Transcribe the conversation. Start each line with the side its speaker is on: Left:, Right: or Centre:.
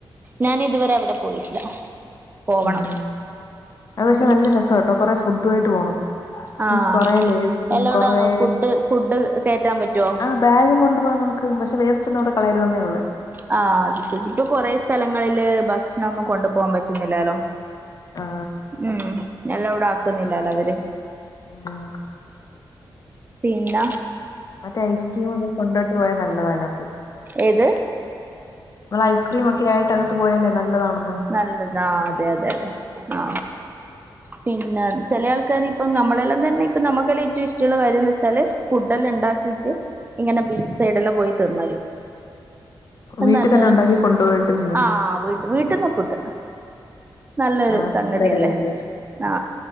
Right: ഞാൻ ഇതുവരെ അവിടെ പോയിട്ടില്ല. പോവണം.
Left: ഉം അത് പക്ഷെ
Right: ഇനി
Left: നല്ല രസാട്ടോ. കൊറെ ഫുഡ്ഡു ആയിട്ട് പോണം.
Right: ആഹ്
Left: മീൻസ് കൊറ ലേസും
Right: എലൗഡാന്നോ
Left: കൊറേ.
Right: ഫുഡ് ഫുഡ് കേറ്റാൻ പറ്റുവോ
Left: ആ ബാഗും കൊണ്ട് പോകാം നമുക്ക്. പക്ഷെ വേസ്റ്റ് ഒന്നും അവിടെ കളയരുതെന്നേ ഉള്ളൂ.
Right: ആ അത് ശരി. ഇപ്പൊ കൊറേ സ്ഥലങ്ങളില് ഭക്ഷണൊന്നും കൊണ്ടു പോവാൻ പറ്റ്ന്നില്ലാലോ?
Left: ആ
Right: ഉം. ഞല്ല ഇവിടെ ആക്ക്ന്നില്ലാല്ലോ അവര്?
Left: ഉം
Right: പിന്ന
Left: മറ്റേ ഐസ്ക്രീമൊക്കെ കൊണ്ടട്ട് പോയാൽ നല്ലതാ അതിനാത്ത്.
Right: ഏത്?
Left: നമ്മള് ഐസ്ക്രീമൊക്കെ ആയിട്ടകത്ത് പോയാലേ നല്ലതാണ്.
Right: നല്ലത അതെ അതെ അതെ ആ പിന്നെ ചില ആൾക്കാര് ഇപ്പം നമ്മളെല്ലാം തന്നെ ഇപ്പ നമുക്കല്ല ഏറ്റവും ഇഷ്ടമുള്ള കാര്യം എന്നു വെച്ചാൽ ഫുഡ് എല്ലാം ഉണ്ടാക്കീറ്റ് ഇങ്ങനെ ബീച്ച് സൈഡെല്ലം പോയി തിന്നല്.
Left: വീട്ടിൽ
Right: നല്ലൊരു
Left: തന്നെ ഉണ്ടാക്കി കൊണ്ടുപോയിട്ട് തിന്നും
Right: ആ വീ വീട്ട്ന്ന് ഫുഡ്ഡ് നല്ലൊരു
Left: ആ
Right: സംഗതിയല്ലേ
Left: നല്ലൊരു ഐഡിയ
Right: ആ